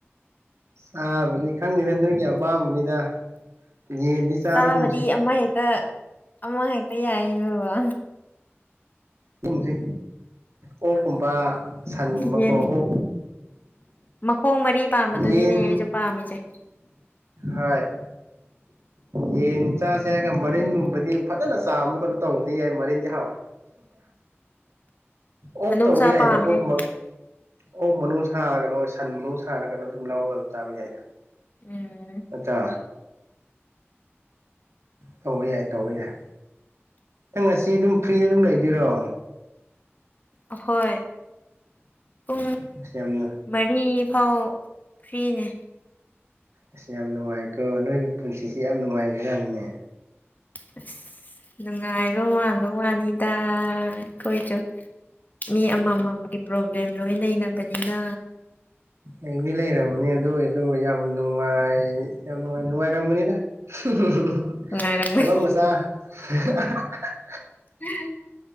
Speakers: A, on the right; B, on the left.
A: ꯆꯥꯕꯅꯤ ꯈꯪꯅꯤꯗ ꯅꯣꯏꯒꯤ ꯑꯄꯥꯝꯕꯅꯤꯗ ꯌꯦꯟꯗꯤ ꯆꯥꯔꯒꯨꯝꯁꯦ
B: ꯆꯥꯕꯗꯤ ꯑꯃꯍꯦꯛꯇ ꯑꯃꯍꯦꯛꯇ ꯌꯥꯏ ꯕꯥ
A: ꯍꯨꯝꯁꯦ ꯑꯣꯒꯨꯝꯕ ꯁꯥꯟꯒꯨꯝꯕ
B: ꯌꯦꯟ
A: ꯀꯣ ꯑꯣ
B: ꯃꯈꯣꯡ ꯃꯔꯤ ꯄꯥꯝꯕꯗꯨꯅꯤꯅꯦ
A: ꯌꯦꯟ
B: ꯑꯩꯁꯨ ꯄꯥꯝꯃꯤꯁꯦ
A: ꯍꯣꯏ ꯌꯦꯟ ꯆꯥꯁꯦ ꯍꯥꯏꯔꯒ ꯃꯔꯤꯟꯒꯨꯝꯕꯗꯤ ꯐꯖꯅ ꯆꯥꯕ ꯀꯩꯅꯣ ꯇꯧꯕꯗꯤ ꯌꯥꯏ ꯃꯔꯤꯟꯗꯤ ꯍꯥꯎꯋꯦ ꯑꯣꯛ
B: ꯎꯝ ꯅꯨꯡꯁꯥ
A: ꯇꯧꯕ ꯌꯥꯏꯗ
B: ꯄꯥꯝꯃꯦ
A: ꯑꯣꯛ
B: ꯑꯩꯁꯨ
A: ꯑꯣꯛ ꯃꯅꯨꯡ ꯁꯥꯔꯒꯅꯣ ꯍꯣꯏ ꯁꯟ ꯃꯅꯨꯡ ꯁꯥꯔꯒꯅꯣ ꯑꯗꯨꯝ ꯂꯧꯔꯒ ꯑꯗꯨꯝ ꯆꯥꯕ ꯌꯥꯏꯗ
B: ꯎꯝ
A: ꯑꯆꯥ ꯇꯧꯕ ꯌꯥꯏ ꯇꯧꯕ ꯌꯥꯏ ꯅꯪ ꯉꯁꯤ ꯑꯗꯨꯝ ꯐ꯭ꯔꯤꯗ ꯑꯗꯨꯝ ꯂꯩꯗꯣꯏꯔꯣ
B: ꯑꯥꯍꯣꯏ ꯎ
A: ꯑꯁ ꯌꯥꯝꯅ
B: ꯃꯅꯤ ꯑꯥꯎ ꯐ꯭ꯔꯤꯅꯦ
A: ꯑꯁ ꯌꯥꯝ ꯅꯨꯡꯉꯥꯏꯀꯣ ꯅꯣꯏꯒꯤ ꯄꯨꯟꯁꯤꯁꯤ ꯌꯥꯝ ꯅꯨꯡꯉꯥꯏꯈ꯭ꯔꯖꯥꯠꯅꯤꯅꯦ
B: ꯑ <unintelligible> ꯅꯨꯡꯉꯥꯏꯕ ꯃꯥꯟꯕ ꯋꯥꯅꯤꯗ ꯑꯩꯈꯣꯏꯁꯨ ꯃꯤ ꯑꯃꯃꯝꯒꯤ ꯄ꯭ꯔꯣꯕ꯭ꯂꯦꯝ ꯂꯣꯏ ꯂꯩꯅꯕꯅꯤꯅ
A: ꯑꯩꯗꯤ ꯂꯩꯔꯝꯃꯅꯤ ꯑꯗꯨ ꯑꯣꯏꯔꯁꯨ ꯌꯥꯝ ꯅꯨꯡꯉꯥꯏ ꯌꯥꯝ ꯅꯨꯡꯉꯥꯏꯔꯝꯕꯅꯤꯅ <unintelligible>
B: ꯅꯨꯡꯉꯥꯏꯔꯝꯒꯅꯤ
A: ꯊꯕꯛ ꯃꯆꯥ ꯍ <unintelligible>
B: ꯎꯝ